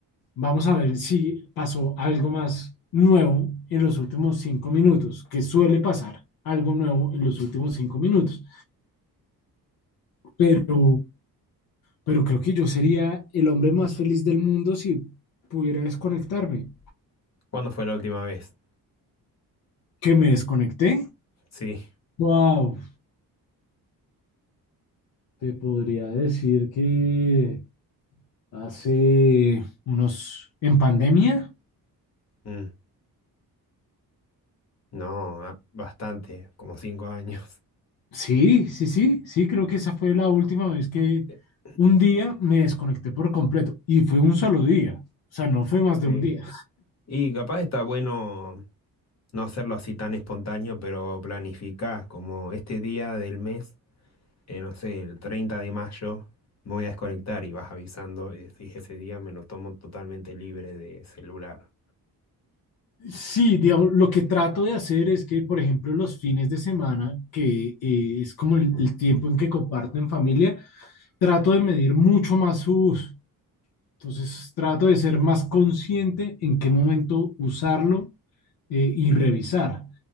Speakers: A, on the left (about 70°); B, on the left (about 45°).
A: Vamos a ver si pasó algo más nuevo en los últimos cinco minutos, que suele pasar algo nuevo en los últimos cinco minutos. Pero, pero creo que yo sería el hombre más feliz del mundo si pudiera desconectarme.
B: ¿Cuándo fue la última vez?
A: ¿Que me desconecté?
B: Sí.
A: Wow, te podría decir que hace unos, en pandemia,
B: Mm. No, ah, bastante, como cinco años.
A: Sí, sí, sí, sí, creo que esa fue la última vez que
B: <laughs>
A: un día me desconecté por completo y fue un solo día, o sea, no fue más
B: Sí.
A: de un día.
B: Y capaz está bueno no hacerlo así tan espontáneo, pero planificás como este día del mes, eh, no sé, el 30 de mayo, me voy a desconectar y vas avisando y decís, ese día me lo tomo totalmente libre de celular.
A: Sí, digamos, lo que trato de hacer es que, por ejemplo, los fines de semana, que eh, es como el, el tiempo en que comparto en familia, trato de medir mucho más su uso. Entonces, trato de ser más consciente en qué momento usarlo eh, y revisar,